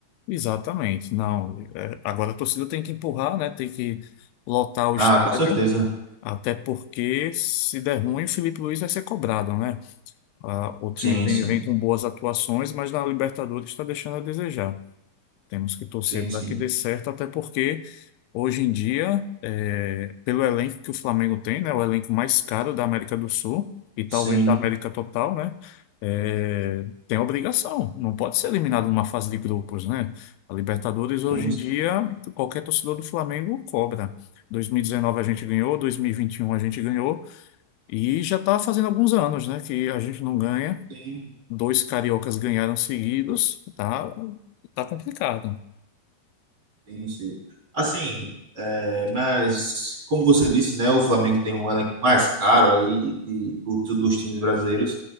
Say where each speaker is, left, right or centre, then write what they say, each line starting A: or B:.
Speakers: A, on the left; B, on the right.
A: exatamente, não. é, agora a torcida tem que empurrar, né? Tem que lotar o
B: Ah,
A: estádio
B: com certeza.
A: Até porque, se der ruim, o Felipe Luiz vai ser cobrado, né? Ah, o time
B: Sim,
A: vem,
B: sim.
A: vem com boas atuações, mas na Libertadores está deixando a desejar. Temos que torcer
B: Sim,
A: para
B: sim.
A: que dê certo, até porque hoje em dia, é, pelo elenco que o Flamengo tem, né, o elenco mais caro da América do Sul e talvez
B: Sim,
A: da América total, né, é, tem obrigação, não pode ser eliminado numa fase de grupos, né? A Libertadores hoje
B: sim,
A: em
B: sim.
A: dia, qualquer torcedor do Flamengo cobra. 2019 a gente ganhou, 2021 a gente ganhou e já está fazendo alguns anos, né, que a gente não ganha.
B: Sim,
A: Dois cariocas ganharam seguidos, tá, tá complicado.
B: sim. sim. Assim, É, mas, como você disse, né, o Flamengo tem um elenco mais caro aí de, do- dos times brasileiros.